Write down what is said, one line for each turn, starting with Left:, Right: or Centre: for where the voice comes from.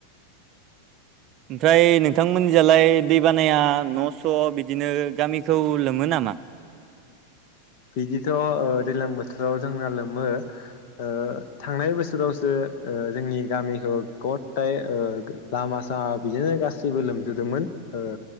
Right: ओमफ्राय नोंथांमोननिजालाय दै बानाया नस बिदिनो गामिखौ लोमो नामा?
Left: बिदिथ दैज्लां बोथोराव जोंना लोमो। ओ थांनाय बोसोरावसो जोंनि गामिखौ गथाय ओ। लामा सामा बिदिनो गासैबो लोमजुदोंमोन ओ।